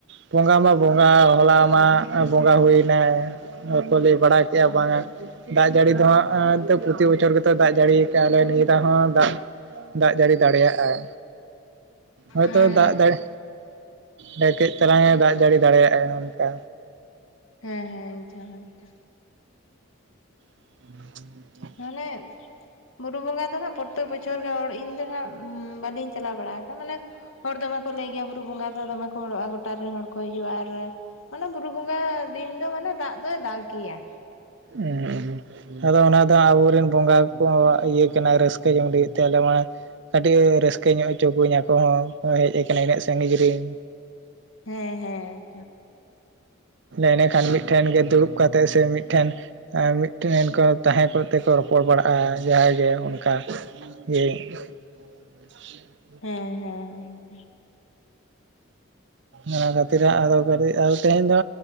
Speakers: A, on the right (about 55°); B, on the left (about 70°).
A: ᱵᱚᱸᱜᱟ ᱢᱟ ᱵᱚᱸᱜᱟ ᱦᱚᱞᱟ ᱢᱟ ᱵᱚᱸᱜᱟ ᱦᱩᱭᱮᱱᱟᱭ, ᱦᱚᱲ ᱠᱚ ᱞᱟᱹᱭ ᱵᱟᱲᱟ ᱠᱮᱜ-ᱟ ᱵᱟᱝ-ᱟ ᱫᱟᱜ ᱡᱟᱹᱲᱤ ᱫᱚ ᱦᱟᱸᱜ ᱯᱨᱚᱛᱤ ᱵᱚᱪᱷᱚᱨ ᱜᱮᱛᱚ ᱫᱟᱜ ᱡᱟᱹᱲᱤᱭ ᱠᱟᱜᱞᱮ ᱱᱤᱭᱟᱹ ᱫᱟᱣ ᱦᱚᱸ ᱫᱟᱜ, ᱫᱟᱜ ᱡᱟᱹᱲᱤ ᱫᱟᱲᱮᱭᱟᱜᱟᱭ ᱦᱚᱭᱛᱚ
B: ᱦᱮᱸ
A: ᱫᱟᱜ ᱫᱟᱲᱮ ᱦᱮᱸ ᱠᱟᱹᱡ ᱛᱟᱞᱟᱝ ᱮ ᱫᱟᱜ ᱡᱟᱹᱲᱤ ᱫᱟᱲᱮᱭᱟᱜᱼᱟ ᱚᱱᱠᱟ,
B: ᱦᱮᱸ ᱦᱮᱸ ᱤᱧ ᱴᱷᱟ ᱤᱧᱷᱟ,
A: <inaudible>
B: ᱢᱟᱱᱮ, ᱵᱩᱨᱩ ᱵᱚᱸᱜᱟ ᱫᱚ ᱦᱟᱸᱜ ᱯᱨᱚᱛᱛᱮᱠ ᱵᱚᱪᱷᱚᱨ ᱜᱮ ᱦᱚᱲ ᱤᱧ ᱫᱚ ᱦᱟᱸᱜ ᱵᱟᱹᱞᱤᱧ ᱪᱟᱞᱟᱣ ᱵᱟᱲᱟ ᱠᱟᱱᱟ ᱢᱟᱱᱮ, ᱦᱚᱲ ᱫᱚᱢᱮ ᱠᱚ ᱞᱟᱹᱭ ᱜᱮᱭᱟ ᱵᱩᱨᱩ ᱵᱚᱸᱜᱟ ᱫᱚ ᱫᱚᱢᱮ ᱠᱚ ᱦᱚᱲᱚᱜᱼᱟ ᱜᱚᱴᱟ ᱨᱮᱱ ᱦᱚᱲ ᱠᱚ ᱦᱤᱡᱩᱜᱼᱟ ᱟᱨ, ᱢᱟᱱᱮ ᱵᱩᱨᱩ ᱵᱚᱸᱜᱟ ᱫᱤᱱ ᱫᱚ ᱢᱟᱱᱮ ᱫᱟᱜ ᱫᱚᱭ ᱫᱟᱜ ᱜᱮᱭᱟ,
A: ᱩᱸ ᱩᱸᱻ ᱟᱫᱚ ᱚᱱᱟ ᱫᱚ ᱟᱵᱚᱨᱮᱱ ᱵᱚᱸᱜᱟ ᱠᱚ ᱤᱭᱟᱹ ᱠᱟᱱᱟ ᱨᱟᱹᱥᱠᱟᱹ ᱡᱚᱝ ᱞᱟᱹᱜᱤᱫ ᱛᱮ ᱟᱞᱮ ᱢᱟ ᱟᱹᱰᱤ ᱨᱟᱹᱥᱠᱟᱹ ᱧᱚᱜ ᱦᱚᱪᱚ ᱠᱩᱣᱟᱧ ᱟᱠᱚ ᱦᱚᱸ ᱦᱮᱡ ᱟᱠᱟᱱᱟ ᱤᱱᱟᱹᱜ ᱥᱟᱺᱜᱤᱧ ᱨᱮᱱ
B: ᱦᱮᱸ ᱦᱮᱸ
A: ᱮᱸᱰᱮᱠᱷᱟᱱ ᱢᱤᱫᱴᱷᱮᱱ ᱜᱮ ᱫᱩᱲᱩᱵ ᱠᱟᱛᱮᱫ ᱥᱮ ᱢᱤᱫᱴᱷᱮᱱ ᱢᱤᱫᱴᱮᱱ ᱠᱚ ᱛᱟᱦᱮᱸ ᱠᱟᱛᱮᱠᱚ ᱨᱚᱯᱚᱲ ᱵᱟᱲᱟᱜᱼᱟ ᱡᱟᱦᱟᱸᱭ ᱜᱮ ᱚᱱᱠᱟ ᱦᱮᱸ <inaudible>
B: ᱦᱮᱸ ᱦᱮᱸ
A: ᱚᱱᱟ ᱠᱷᱟᱹᱛᱤᱨ ᱟᱫᱚ ᱠᱟᱴᱤᱡ ᱟᱫᱚ ᱛᱮᱦᱮᱧ ᱫᱚ